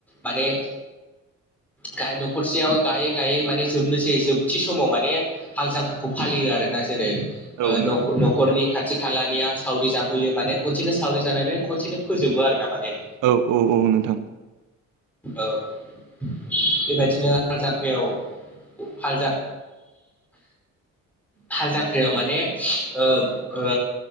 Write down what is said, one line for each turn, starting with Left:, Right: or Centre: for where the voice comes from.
Centre: माने गाय न'खरसेयाव गायै गायै माने जोबनोसै जोबथि समाव माने हाल जांखालखौ फालियो आरो ना जेरै ओ
Right: औ नोंथां
Centre: न' न' नखरनि खाथि खालानिया सावरि जाफैयो माने खनसेनो सावरि जानानै खनसेनो फोजोबो आरोना माने।
Right: औ औ औ नोंथां।
Centre: औ बेबायदिनो जांख्रायाव हाल जां हाल जांख्रियाव माने ओब ओ